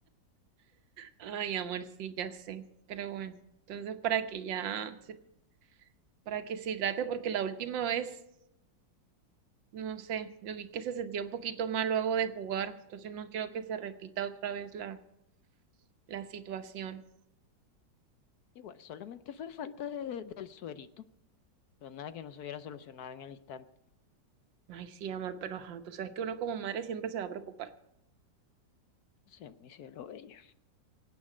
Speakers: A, on the right; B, on the left.
A: Ay, amor, sí, ya sé. Pero bueno, entonces para que ya, se- para que se hidrate, porque la última vez... no sé, yo vi que se sentía un poquito mal luego de jugar, entonces no quiero que se repita otra vez la, la situación.
B: Igual, solamente fue falta de- de- del suerito, pero nada que no se hubiera solucionado en el instante.
A: Ay, sí, amor, pero ajá, tú sabes que uno como madre siempre se va a preocupar.
B: Se me cielo bello.